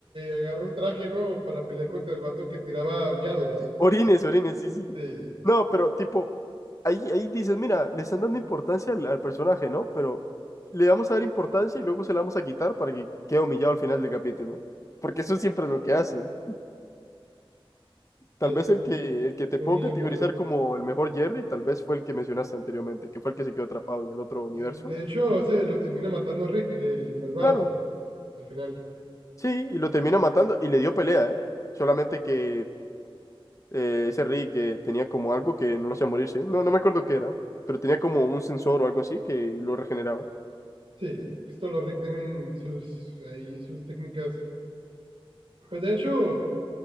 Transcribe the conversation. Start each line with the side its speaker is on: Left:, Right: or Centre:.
Right: agarró un traje, ¿no? Para pelear contra el vato que tiraba miados,
Left: Orines, orines, sí, sí.
Right: sí,
Left: No, pero tipo, ahí, ahí dices, mira, le están dando importancia al, al personaje, ¿no? Pero le vamos a dar importancia y luego se la vamos a quitar para que quede humillado al final del capítulo. Porque eso siempre es lo que hacen. Tal
Right: sí,
Left: vez
Right: no,
Left: el que, el que te
Right: no
Left: puedo
Right: humillan
Left: categorizar
Right: mucho.
Left: como el mejor Jerry, tal vez fue el que mencionaste anteriormente, que fue el que se quedó atrapado en el otro universo.
Right: Eh, de hecho, ese lo termina matando Rick, el malvado,
Left: Claro,
Right: al final.
Left: sí, y lo termina matando y le dio pelea, ¿eh? Solamente que eh, ese Rey que tenía como algo que no lo hacía morirse. No, no me acuerdo qué era, pero tenía como un sensor o algo así que lo regeneraba.
Right: Sí, pues, todos los Rick tienen sus, ahí sus técnicas. Pues de hecho...